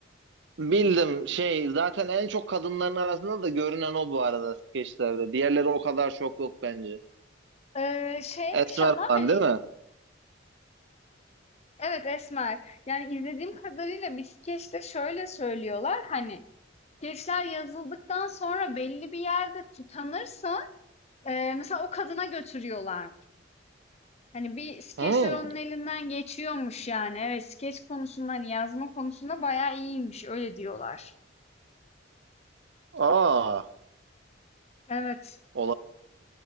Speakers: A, on the right; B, on the left.
A: Bildim şey zaten en çok kadınların arasında da görünen o bu arada skeçlerde. Diğerleri o kadar çok yok bence.
B: Eee, şeymiş
A: Esmer
B: ama,
A: falan
B: hani,
A: değil mi?
B: evet, esmer. Yani, izlediğim kadarıyla bir skeçte şöyle söylüyorlar, hani, skeçler yazıldıktan sonra belli bir yerde tutanırsa eee, mesela o kadına götürüyorlar. Hani, bir skeçler
A: Hmm.
B: onun elinden geçiyormuş yani. Evet, skeç konusunda, hani, yazma konusunda bayağı iyiymiş, öyle diyorlar.
A: Aa,
B: Evet.
A: ola.